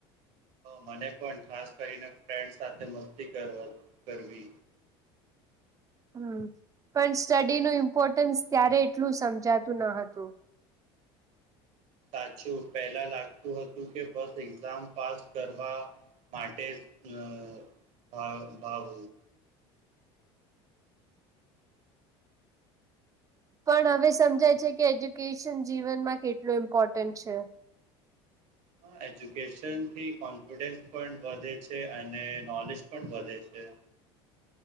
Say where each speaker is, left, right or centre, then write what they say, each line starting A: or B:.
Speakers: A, on the right (about 55°); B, on the right (about 25°).
A: મને પણ ખાસ કરીને ફ્રેન્ડ સાથે મસ્તી કરવાનું ગમે.
B: હમ, પણ સ્ટડીનું ઇમ્પોર્ટન્સ ત્યારે એટલું સમજાતું ન હતું.
A: સાચું, પહેલા લાગતું હતું કે બસ એક્ઝામ. પાસ કરવા માટે ભ ભાવ
B: પણ હવે સમજાય છે કે એજ્યુકેશન જીવનમાં કેટલું ઇમ્પોર્ટન્ટ છે.
A: હ, એજ્યુકેશન થી કોન્ફિડન્સ પણ વધે છે અને નોલેજ પણ વધે છે.